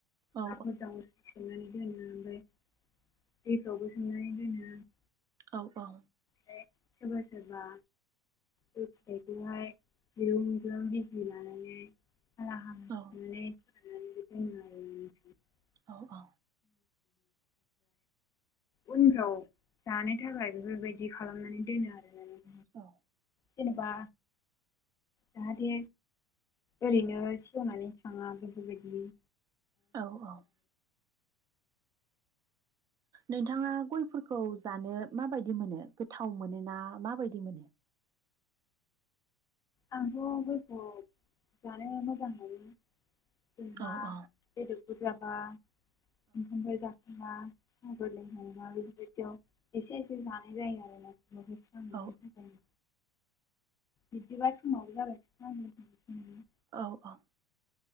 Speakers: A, on the right (about 30°); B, on the left (about 25°).
A: औ
B: हाखर जावनानै सोमनानै दोनो ओमफ्राय दैफ्रावबो सोमनानै दोनो। उ <inaudible>
A: औ औ।
B: फाय सोरबा सोरबा। गय फिथायखौहाय <inaudible> लानानै <unintelligible>
A: औ।
B: <unintelligible>
A: औ औ।
B: उनफ्राव। जानो थाखाय बेफोर बायदि खालामनानै दोनो आरो ना नों
A: औ।
B: जेनेबा जाहाथे ओरैनो सेवनानै थाङा बेफोर बायदि।
A: औ औ नोंथाङा गयफोरखौ जानो माबायदि मोनो गोथाव मोनो ना माबायदि मोनो?
B: आंथ' गयखौ जानो मोजां मोनो। जेनेबा
A: औ औ
B: बेदरफोर जाबा ओंखामफोर जाख बा <unintelligible> <unintelligible> एसे एसे जानाय जायो आरो ना <unintelligible> सान्दुंनि
A: औ
B: थाखाय बिब्दिबास <unintelligible>
A: औ औ।